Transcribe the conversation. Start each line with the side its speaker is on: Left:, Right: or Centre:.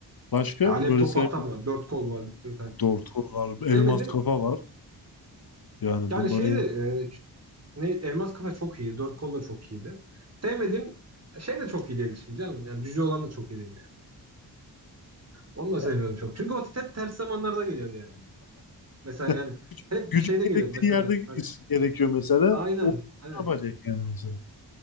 Left: Başka
Right: Ya alev
Left: böyle
Right: topu
Left: sevmediğim
Right: atan var. Dört kol var bir sürü tane.
Left: Dorto var,
Right: Sevmedim.
Left: elmas kafa var. Yani
Right: Yani
Left: bunların
Right: şey de e, ne, Elmas Kafa çok iyi. Dört kol da çok iyiydi. Sevmedim. Şey de çok iyi değildi şimdi canım. Yani cüce olan da çok iyi değildi. yani. Onu da sevmiyordum
Left: ya,
Right: çok. Çünkü o hep ters zamanlarda geliyordu yani. Mesela
Left: ya,
Right: yani
Left: güç,
Right: hep
Left: gücün
Right: şeyde
Left: gerektiği
Right: geliyordu mesela
Left: yerde
Right: hani
Left: is- gerekiyor mesela.
Right: aynen,
Left: O ne
Right: aynen.
Left: yapacak yani mesela?